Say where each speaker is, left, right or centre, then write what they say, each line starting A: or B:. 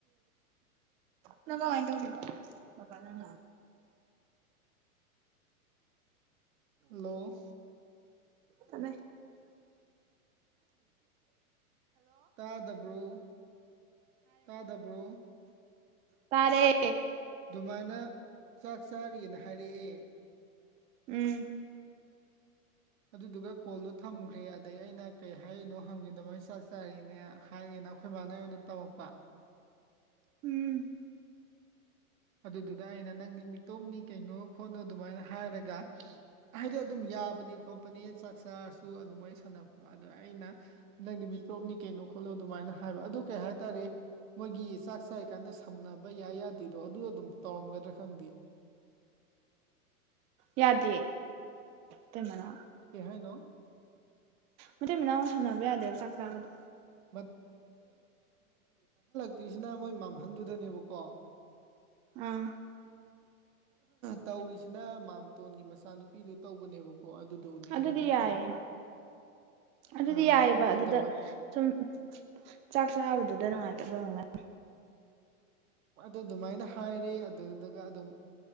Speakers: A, on the right; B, on the right.
A: ꯅꯪ ꯀꯃꯥꯏꯅ ꯇꯧꯔꯤꯅꯣꯕꯥꯪ
B: ꯍꯜꯂꯣ
A: ꯇꯃꯦ
B: ꯇꯥꯗꯕ꯭ꯔꯣ ꯇꯥꯗꯕ꯭ꯔꯣ
A: ꯇꯔꯦ
B: ꯑꯗꯨꯃꯥꯏꯅ ꯆꯥꯛ ꯆꯥꯔꯤꯑꯅ ꯍꯥꯏꯔꯛꯑꯦ
A: ꯎꯝ
B: ꯑꯗꯨꯗꯨꯒ ꯀꯣꯜꯗꯣ ꯊꯝꯈ꯭ꯔꯦ ꯑꯗꯩ ꯑꯩꯅ ꯀꯩ ꯍꯥꯏꯔꯤꯅꯣ ꯍꯪꯉꯤꯗ ꯃꯒꯤ ꯆꯥꯛ ꯆꯥꯔꯤꯅꯦ ꯍꯥꯏꯔꯤ ꯅ ꯑꯩꯈꯣꯏ ꯏ ꯃꯥꯅ ꯑꯩꯉꯣꯟꯗ ꯇꯝꯃꯛꯄ
A: ꯎꯝ
B: ꯑꯗꯨꯗꯨꯗ ꯑꯩꯅ ꯅꯪꯗꯤ ꯃꯤꯇꯣꯝꯅꯤ ꯀꯩꯅꯣ ꯈꯣꯠꯅꯣ ꯑꯗꯨꯃꯥꯏꯅ ꯍꯥꯏꯔꯒ ꯍꯥꯏꯗꯤ ꯑꯗꯨꯝ ꯌꯥ ꯆꯥꯕꯅꯤ ꯈꯣꯠꯄꯅꯤ ꯆꯥꯛ ꯆꯥꯔꯁꯨ ꯑꯗꯨꯃꯥꯏꯅ ꯁꯥꯟꯅꯕꯗꯣ ꯑꯗꯣ ꯑꯩꯅ ꯅꯪꯗꯤ ꯃꯤꯇꯣꯛꯞꯅꯤ ꯀꯩꯅꯣ ꯈꯣꯠꯂꯣ ꯑꯗꯨꯃꯥꯏꯅ ꯍꯥꯏꯕ ꯑꯗꯨ ꯀꯩ ꯍꯥꯏꯇꯥꯔꯦ ꯃꯣꯏꯒꯤ ꯆꯥꯛ ꯆꯥꯏ ꯀꯥꯟꯗ ꯁꯝꯅꯕ ꯌꯥꯏ ꯌꯥꯗꯦꯗ ꯑꯗꯣ ꯑꯗꯨ ꯑꯗꯨꯝ ꯇꯧꯔꯝꯒꯗ꯭ꯔꯥ ꯈꯪꯗꯦ
A: ꯌꯥꯗ ꯇꯃꯅ
B: ꯀꯩ ꯍꯥꯏꯅꯑꯣ
A: ꯃꯩ ꯃꯅꯥꯎꯃꯨꯛ ꯁꯝꯅꯕ ꯌꯥꯗꯦꯕ ꯆꯥꯛ ꯆꯥꯕꯗꯣ
B: ꯃꯠ ꯇꯇꯤꯁꯤꯅ ꯃꯣꯏ ꯃꯝꯍꯟꯗꯨꯗꯅꯦꯕꯀꯣ
A: ꯑꯝ
B: ꯇꯧꯔꯤꯁꯤꯅꯃꯥꯝ ꯃꯇꯇꯣꯟꯒꯤ ꯃꯆꯥꯅꯨꯄꯤꯗꯨ ꯇꯧꯕꯅꯦꯕꯀꯣ ꯑꯗꯨꯗꯧꯅꯦ
A: ꯑꯗꯨꯗꯤ
B: ꯑꯩꯅ ꯍꯥꯏꯁꯤꯅ
A: ꯌꯥꯏꯌꯦ ꯑꯗꯨꯗꯤ
B: ꯑ
A: ꯌꯥꯏꯑꯕ
B: ꯑꯗꯨ
A: ꯑꯗꯨꯗ
B: ꯑꯗꯨꯃꯥꯏ
A: ꯁꯨꯝ ꯆꯥꯛ ꯆꯥꯕꯗꯨꯗ ꯑꯗꯨꯗꯅꯨꯡꯉꯥꯏꯇꯕꯦ
B: ꯑꯗꯨ ꯑꯗꯨꯃꯥꯏꯅ ꯍꯥꯏꯔꯦ ꯑꯗꯨꯗꯨꯒ ꯑꯗꯨꯝ